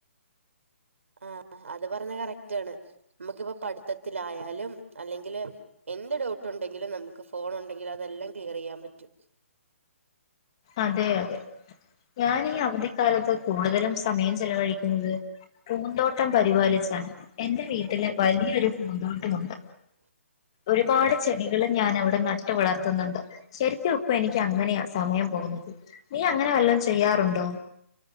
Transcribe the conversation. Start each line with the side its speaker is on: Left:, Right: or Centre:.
Right: ആഹ് ആഹ്, അത് പറഞ്ഞ കറക്റ്റ് ആണ്. നമ്മക്കിപ്പൊ പഠിത്തത്തിലായാലും അല്ലെങ്കില്... എന്ത് ഡൗട്ട് ഉണ്ടെങ്കിലും നമ്മുക്ക് ഫോൺ ഉണ്ടെങ്കിൽ അതെല്ലാം ക്ലിയർ ചെയ്യാൻ പറ്റും.
Left: അതെ അതെ. ഞാനീ അവധിക്കാലത്ത്... കൂടുതലും സമയം ചെലവഴിക്കുന്നത് പൂന്തോട്ടം പരിപാലിച്ചാണ്. എന്റെ വീട്ടില് വലിയൊരു പൂന്തോട്ടമുണ്ട്. ഒരുപാട് ചെടികളും ഞാൻ അവിടെ നട്ട് വളർത്തുന്നുണ്ട്. ശരിക്കും ഇപ്പൊ എനിക്ക് അങ്ങനെയാ സമയം... പോവുന്നത്. നീ അങ്ങനെ വല്ലം ചെയ്യാറുണ്ടോ?